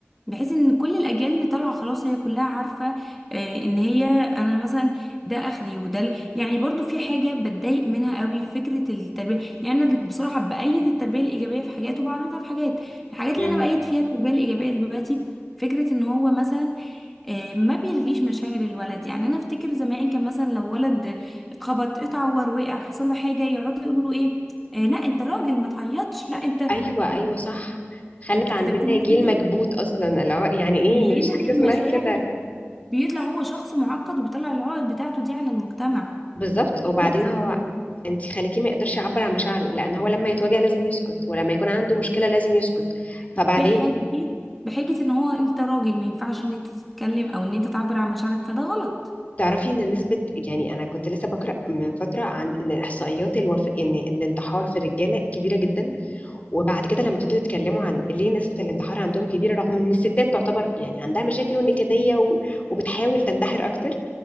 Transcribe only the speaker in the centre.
بحيث ان كل الاجيال اللي طالعه خلاص هي كلها عارفه آه، ان هي انا مثلا ده اخري وده ال- يعني برضو في حاجه بتضايق منها قوي فكره التربيه يعني انا بصراحه بايد التربيه الايجابيه في حاجات وبعرضها في حاجات الحاجات
اللي انا بايد فيها التربيه الايجابيه دلوقتي فكره ان هو مثلا آه، ما بيلغيش مشاعر الولد يعني انا افتكر زمان كان مثلا لو ولد اتخبط اتعور وقع حصل له حاجه يقعدوا يقولوا له ايه آه لا انت راجل ما تعيطش لا انت
انتوا
كده بتلغوا
فكره
بيلغي
المشاعر
بيطلع هو شخص معقد وبيطلع العقد بتاعته دي على المجتمع
لكن
بحجه بحجه ان هو انت راجل ما ينفعش ان انت تتكلم او ان انت تعبر عن مشاعرك فده غلط